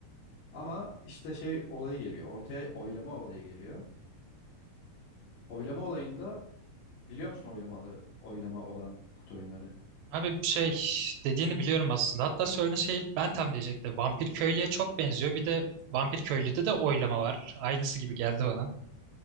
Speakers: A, on the left (about 65°); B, on the right (about 80°).
A: Ama işte şey olayı geliyor. Ortaya oylama olayı geliyor. Oylama olayında biliyor musun oylamalı oylama olan kutu oyunları?
B: Abi şey dediğini biliyorum aslında. Hatta söylediğin şey ben tam diyecektim. Vampir köylüye çok benziyor. Bir de Vampir köylüde de oylama var. Aynısı gibi geldi bana.